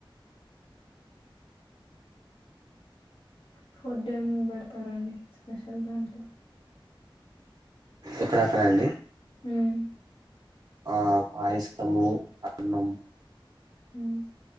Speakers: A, on the left (about 80°); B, on the right (about 45°).
A: ఫుడ్ ఏమ్ పెడతారండి స్పెషల్ దాంట్ల
B: ఎక్కడెక్కడ అండి
A: హుమ్
B: ఆ పాయసము అన్నం
A: హుమ్